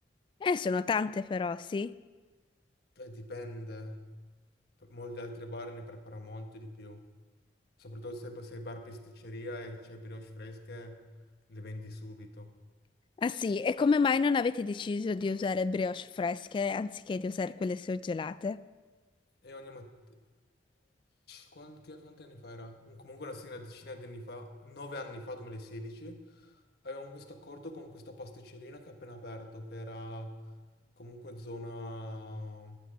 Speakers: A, on the left; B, on the left.
A: Eh, sono tante però, sì.
B: Eh, dipende. P- Molti altri bar ne prepara molto di più. Soprattutto se se il bar pasticceria e c'è brioche fresche, le vendi subito.
A: Ah sì, e come mai non avete deciso di usare brioche fresche anziché di usare quelle surgelate?
B: E ogni mattina... quanti, quanti anni fa era? Un- Comunque una, sì, una decina di anni fa, nove anni fa, 2016, avevamo questo accordo con questa pasticcerina che ha appena aperto, che era comunque zona,